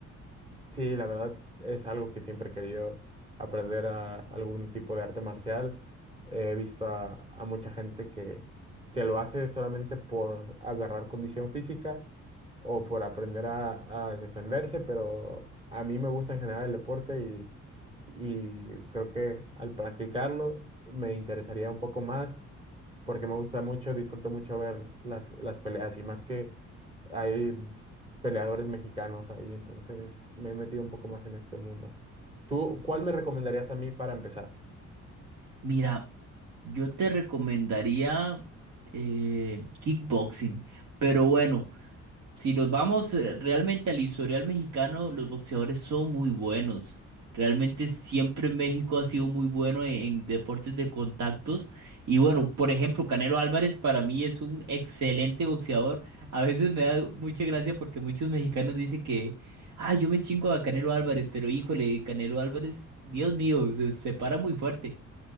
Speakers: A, on the right; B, on the right.
A: Sí, la verdad es algo que siempre he querido aprender a algún tipo de arte marcial. He visto a, a mucha gente que, que lo hace solamente por agarrar condición física o por aprender a, a defenderse, pero a mí me gusta en general el deporte y, y creo que al practicarlo me interesaría un poco más porque me gusta mucho, disfruto mucho ver las, las peleas y más que... Hay peleadores mexicanos ahí, entonces me he metido un poco más en este mundo. ¿Tú cuál me recomendarías a mí para empezar?
B: Mira, yo te recomendaría eh, kickboxing, pero bueno. Si nos vamos eh, realmente al historial mexicano, los boxeadores son muy buenos. Realmente siempre México ha sido muy bueno en, en deportes de contactos. Y bueno, por ejemplo, Canelo Álvarez para mí es un excelente boxeador. A veces me da mucha gracia porque muchos mexicanos dicen que, ah, yo me chingo a Canelo Álvarez, pero híjole, Canelo Álvarez, Dios mío, se, se para muy fuerte.